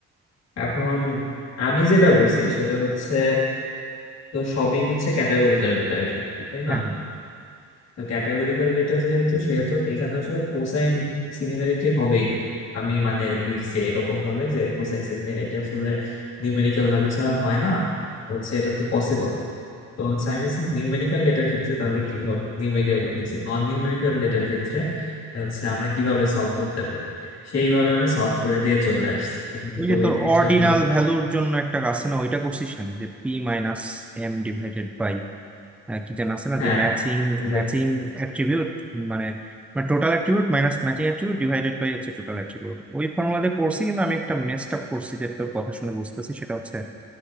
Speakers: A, on the left; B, in the centre.
A: এখন আমি যেটা করছি সেটা হচ্ছে তো সবই হচ্ছে ক্যাটাগরিক্যাল ডেটা এখানে তাই না
B: হ্যাঁ হ্যাঁ
A: তো ক্যাটাগরিক্যাল ডেটা যেহেতু সেহেতু এখানে আসলে কোসাইন সিমিলারিটি হবেই না আমি মানে লিখছি এরকম ভাবে যে কোসাইন সিমিলারিটি আসলে নিউমেরিক্যাল ভ্যালু ছাড়া হয় না তো হচ্ছে এটা তো পসিবল তো হচ্ছে আমি বলছি নিউমেরিক্যাল ডেটার ক্ষেত্রে তাহলে কিভাবে নিউমেরিক্যাল বলতেছি নন নিউমেরিক্যাল ডেটার ক্ষেত্রে হচ্ছে আমরা কিভাবে সলভ করতে পারি সেইভাবে আমি সলভ করে দিয়ে চলে আসছি কিন্তু
B: ওই যে তোর
A: এই জিনিসটা
B: অর্ডিনাল
A: আসলে
B: ভ্যালুর জন্য একটা আছে না ওইটা করছিস নাকি যে P minus M divided by আহ, কি যেন আছে না
A: হ্যাঁ
B: যে ম্যাচিং
A: এই যে
B: ম্যাচিং অ্যাট্রিবিউট মানে মানে total attribute minus matching attribute divided by হচ্ছে টোটাল অ্যাট্রিবিউট ওই ফর্মুলাতে পড়ছি কিন্তু আমি একটা মেসড আপ করছি যেটা তোর কথা শুনে বুঝতেছি সেটা হচ্ছে